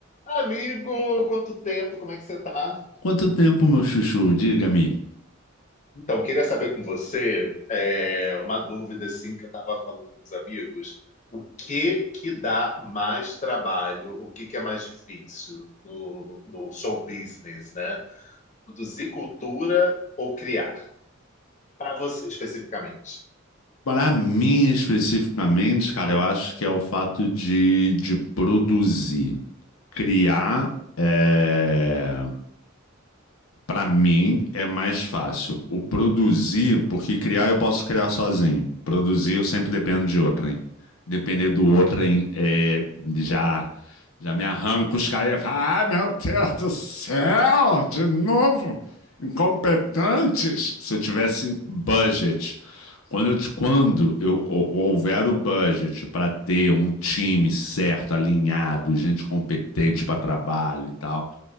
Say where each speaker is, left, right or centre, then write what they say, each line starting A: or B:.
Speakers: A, on the left (about 35°); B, on the left (about 85°).
A: Amigo, quanto tempo, como é que você tá?
B: Quanto tempo, meu chuchu? Diga-me.
A: Então, queria saber com você, é, uma dúvida assim que eu estava falando com os amigos, o que que dá mais trabalho, o que que é mais difícil no, no show business, né? Produzir cultura ou criar? Para você especificamente.
B: Para mim, especificamente, cara, eu acho que é o fato de, de produzir. Criar, é... para mim, é mais fácil. O produzir, porque criar eu posso criar sozinho. Produzir eu sempre dependo de outrem. Depender do outrem, é... já, já me arranco os caras e falo, ai meu Deus do céu, de novo, incompetentes. Se eu tivesse budget. Quando eu, te- quando eu, ho- houver o budget para ter um time certo, alinhado, gente competente para trabalho e tal,